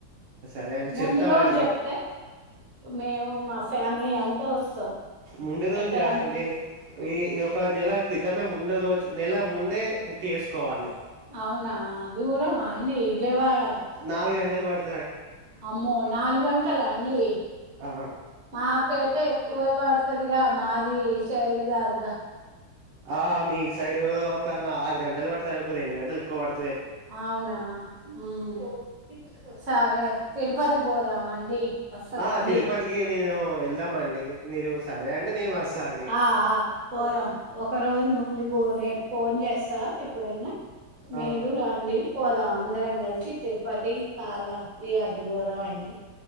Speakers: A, on the right (about 80°); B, on the right (about 30°).
A: అదెఅండి
B: ముందు
A: చెప్తామండి
B: రోజు చెప్తే మేము మా ఫ్యామిలీ అంతా వస్తాం
A: ముందు రోజు
B: ఎట్టరం
A: కాదండి ఈ ఒక నెల క్రితం ముండే రోజు నెల ముండే బుక్ చేసుకోవాలి
B: అవునా దూరమా అండి విజవాడ
A: నాల్గుంట ఇబ్బందివాడు
B: అమ్మో నాలుగు గంటల అండి
A: ఆ
B: మాకైతే ఎక్కువే పడుతుందిగా మా ది సైడ్ గాదుగ
A: ఆ మీ సైడ్ ఆరు గంటలు పడుతాది ఒక రెండుగంటలు ఎక్కు వ పడుతది
B: అవునా ఉమ్ సరే తిరుపతి పోదామా అండి వస్తరా
A: ఆ
B: అండి
A: తిరుపతికి నెను ఎల్దామా అండి మీరు సా వేండ నెను వస్తా అండి
B: అఆ పోదం ఒక రోజు ముందు పో రేపు ఫోన్ చేస్తా ఎప్పుడన్నా మీరు
A: ఆ
B: రాండి పోదాం అందరం కలిసి తిరుపతి చాలా ఈ అటు పోదాం అండి